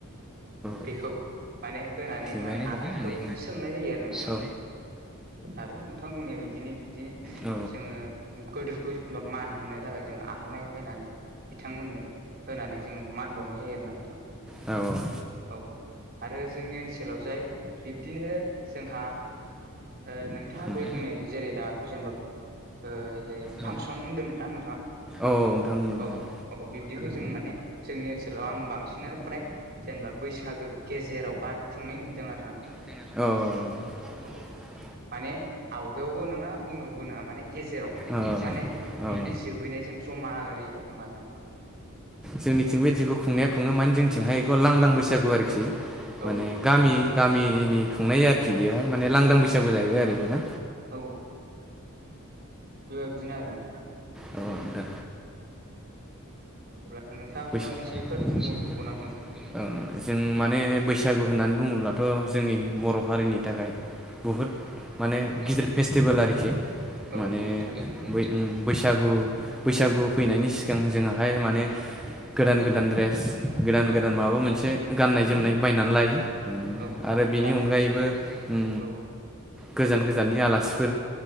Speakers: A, on the right (about 45°); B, in the centre.
A: बेखौ
B: औ
A: माने होनानै
B: थिगानो
A: माने आलासिखौ
B: दं नोंनि
A: सोंनाय जायो आरो नोंथां।
B: औ
A: आरो नोंथां बुंनाय बायदिनो बिदिनो
B: औ
A: जोङो गोदोरखौ जेनेबा मान होनो थाखाय जोङो आरनाइ बायनानै बिथांमोननो होनानै जोङो मान बावनाय जायो आरो ना नोंथां।
B: औ औ।
A: औ आरो जोंनि ओनसोलाव जाय बिब्दिनो जोंहा ओ नोंथाङा
B: उम
A: दहाय बुंनाय जेरै दा जेनबा ओ जेरै फांसन
B: औ
A: होनदों ना नोंथां
B: औ नोंथां बुंदों
A: औ
B: बुंदों
A: औ बि दिखौ जों माने जोंनि ओनसोलाव आं बांसिनानो फ्राय जेनेबा बैसागो गेजेराव बा नाय नुदों आरो नोंथां
B: औ
A: औ माने आवगायावबो नोङा उनावबो नोङा माने गेजेराव
B: ओ
A: माने बिनि
B: ओ
A: जोबहैनायजों जमा ओरै रखम आरो नोंथां
B: जोंनिथिंबो खो खुंनाया खुङो माने जोंथिंजाय इखौ लांदां बैसागु आरोखि माने
A: औ
B: गामि
A: नंगौ
B: गामिनि खुंनाय आरोखि बेहाय माने लांदां
A: औ
B: बैसागु जाहैबाय आरोना।
A: औ बेबायदिनो आरो नोंथां।
B: औ दे
A: अब्ला नोंथाङा माबा
B: <unintelligible>
A: मोनसेफोर बुंबावदोंबाव नामा नोंथां
B: जों मा माने बैसागु होननानै बुङोब्लाथ जोंनि बर हारिनि थाखाय बुहुद माने गिदिर
A: औ
B: फेस्टिवेल आरोखि
A: औ
B: माने
A: नंगौ थारैनो
B: उम बैसा गु बैसागु फैनायनि सिगां जोंहाय माने गोदान गोदान द्रेस गोदान
A: औ
B: गोदान माबा मोनसे गाननाय जोमनाय
A: औ
B: बायनानै लायो।
A: औ
B: आरो बिनि
A: जाहाथे
B: अनगायैबो
A: जों
B: उम
A: औ
B: गोजान गोजाननि आलासिफोर